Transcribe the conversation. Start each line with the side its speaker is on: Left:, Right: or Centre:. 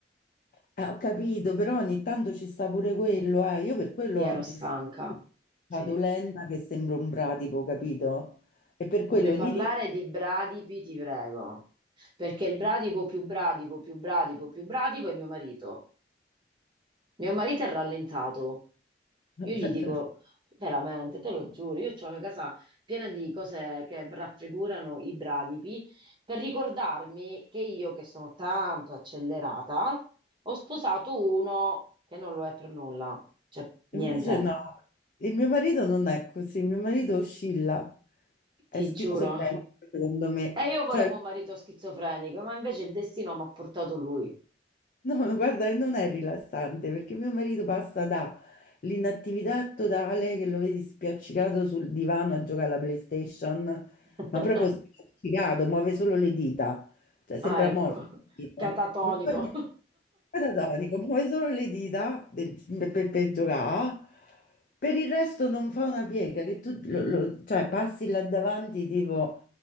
Left: Eh, ho capito, però ogni tanto ci sta pure quello, eh. Io per quello
Right: Sì, ero
Left: oggi
Right: stanca,
Left: sto
Right: sì.
Left: vado lenta che sembro un bradipo, capito? E per quello
Right: Non mi parlare
Left: ti dico...
Right: di bradipi, ti prego, perché il bradipo più bradipo più bradipo più bradipo è mio marito. Mio marito è rallentato.
Left: <laughs>
Right: Io gli dico, veramente, te lo giuro, io ho una casa piena di cose che raffigurano i bradipi per ricordarmi che io, che sono tanto accelerata, ho sposato uno che non lo è per nulla. Cioè, niente,
Left: Invece no, il mio marito non è così, il mio marito oscilla, è
Right: ti
Left: schizofrenico
Right: giuro.
Left: secondo me.
Right: E io volevo
Left: Cioè,
Right: un marito schizofrenico, ma invece il destino mi ha portato lui.
Left: No, no, guarda, e non è rilassante perché mio marito passa dall'inattività totale che lo vedi spiaccicato sul divano a giocare alla PlayStation,
Right: <laughs>
Left: ma proprio spiaccicato, muove solo le dita, cioè sembra
Right: Ah, ecco,
Left: morto. tipo.
Right: catatonico.
Left: Non fa niente. Catatonico, muove solo le dita del- per, per- per giocare, per il resto non fa una piega, che tu lo- lo- cioè, passi là davanti tipo,